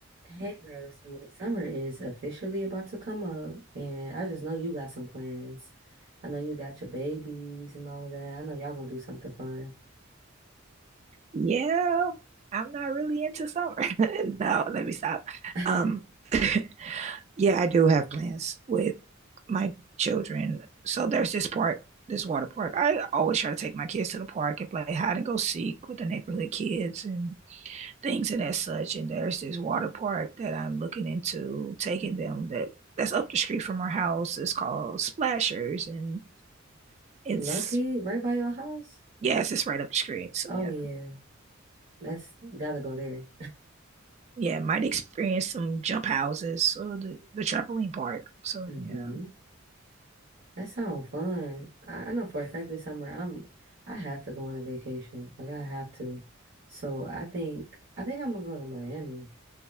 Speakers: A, on the right (about 60°); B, on the right (about 35°).
A: Hey girl, so the summer is officially about to come up, and I just know you got some plans. I know you got your babies and all of that. I know y'all gonna do something fun.
B: Yeah, I'm not really into summer. <laughs> No, let me stop.
A: <laughs>
B: Um, <laughs> yeah, I do have plans with my children. So there's this park, this water park. I always try to take my kids to the park and play hide and go seek with the neighborhood kids and things and as such. And there's this water park that I'm looking into taking
A: Mhm.
B: them that that's up the street from our house. It's called Splashers and it's
A: Lucky, right by your house?
B: yes, it's right up the street. So
A: Oh
B: yeah.
A: yeah, that's gotta go there.
B: yeah, might experience some jump houses or the, the trampoline park. So
A: hmm
B: yeah.
A: That sounds fun. I, I know for a fact this summer I'm I have to go on a vacation. Like I have to. So I think I think I'm gonna go to Miami.